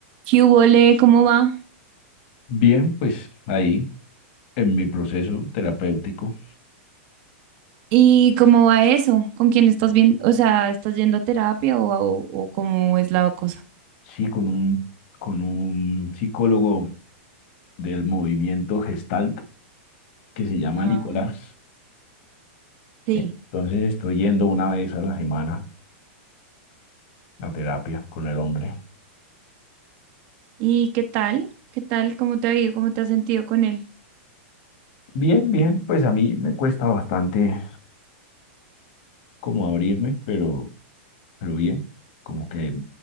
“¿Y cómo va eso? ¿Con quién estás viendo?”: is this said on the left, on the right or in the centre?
Right